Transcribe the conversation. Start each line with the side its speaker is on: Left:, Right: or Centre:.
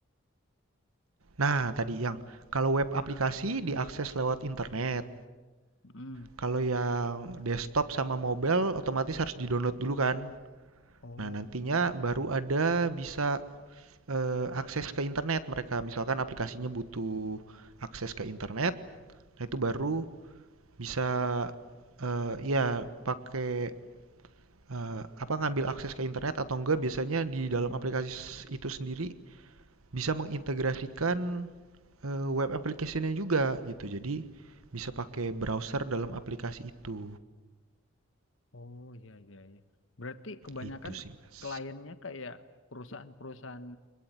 Right: Nah, tadi yang kalau web aplikasi diakses lewat internet.
Left: Hmm.
Right: Kalau yang desktop sama mobile otomatis harus di-download dulu kan.
Left: Oh,
Right: Nah, nantinya baru ada bisa eh, akses ke internet mereka. Misalkan aplikasinya butuh akses ke internet, nah itu baru Bisa, eee, iya pakai, eee, apa, ngambil akses ke internet atau enggak biasanya di dalam aplikasi itu sendiri bisa mengintegrasikan, eee, web application-nya juga gitu. Jadi bisa pakai browser dalam aplikasi itu,
Left: oh iya iya iya. Berarti kebanyakan
Right: itu sih, Mas.
Left: kliennya kayak perusahaan-perusahaan